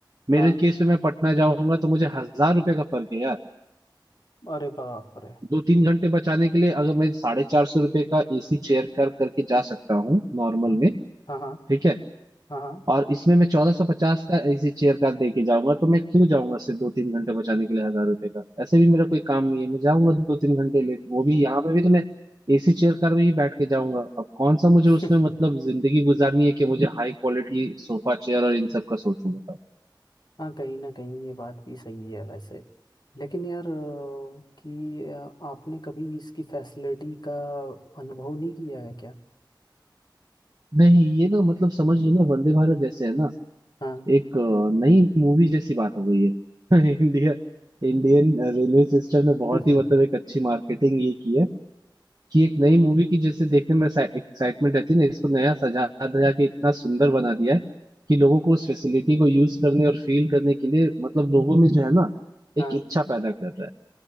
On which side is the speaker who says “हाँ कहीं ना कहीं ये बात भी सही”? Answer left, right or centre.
Left